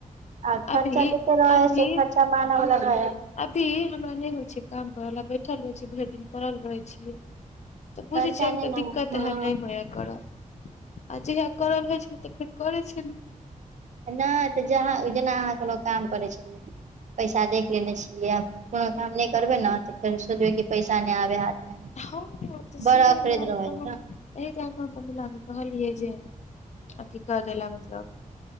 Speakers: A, on the right (about 60°); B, on the left (about 55°).
A: आ खर्चा
B: अभी
A: तते रहय
B: अभी
A: हैय से खर्चा मानवला रहेय हैय
B: अभी हमरा नै होइ छैय काम करल आ बैठल रहेय छी भरि दिन परल रहय छीयै। त बुझय
A: खर्चा
B: छीयै अभी
A: नहि
B: त
A: ने हँ
B: दिक्कत है नै होइया करल आ जहिया करल होय छलै त फेर करय छेलीयै।
A: नै त जहाँ जेना अहाँ कोनो काम करय छेलियै पैसा देख लेने छेलियै आब कोनो काम नै करबै न त फेर सोचबे की पैसा नै आबेयै हाथ मे
B: हं तऽ सेहे
A: बड़ा अखरैत
B: दुआरे
A: रहै
B: त
A: है
B: हम
A: ने
B: एहि दुआरे त हम अपन दुल्हा ले कहलियै जे अथी कऽ दैला मतलब